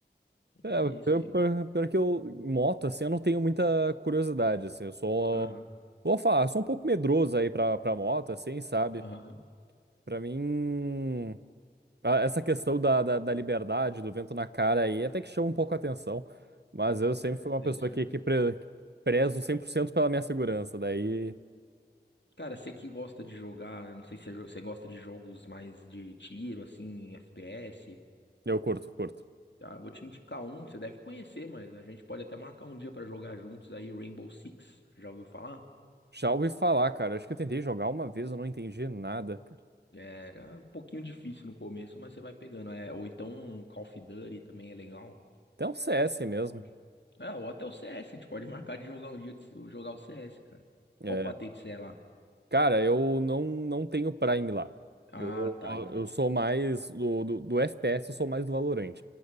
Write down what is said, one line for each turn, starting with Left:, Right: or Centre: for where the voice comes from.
Right: É,
Left: É isso
Right: pior,
Left: e...
Right: pior- pior que eu, moto, assim, eu não tenho muita curiosidade, assim, eu sou,
Left: Aham.
Right: vou falar, sou um pouco medroso aí pra, pra moto, assim, sabe?
Left: Aham.
Right: Pra mim. Ah, Essa questão da, da, da liberdade, do vento na cara aí, até que chama um pouco a atenção. Mas eu sempre
Left: É
Right: fui
Left: Interessante.
Right: uma pessoa que, que, pre, que prezo 100% pela minha segurança. Daí
Left: Cara, você que gosta de jogar, não sei se você jo- você gosta de jogos mais de tiro, assim, FPS.
Right: eu curto, curto.
Left: Tá, vou te indicar um, você deve conhecer, mas a gente pode até marcar um dia pra jogar juntos aí, Rainbow Six. Já ouviu falar?
Right: Já ouvi falar, cara. Acho que eu tentei jogar uma vez, eu não entendi nada, cara.
Left: Era um pouquinho difícil no começo, mas você vai pegando. É, ou então Call of Duty também é legal.
Right: Até um CS mesmo.
Left: Pode. É, ou até o CS, a gente pode marcar de jogar um dia de se- jogar o CS, cara. Qual
Right: É.
Left: patente você é lá?
Right: Cara, eu não, não tenho Prime lá.
Left: Ah,
Right: Eu,
Left: tá, entendi.
Right: eu sou mais do, do, do FPS, eu sou mais do Valorant.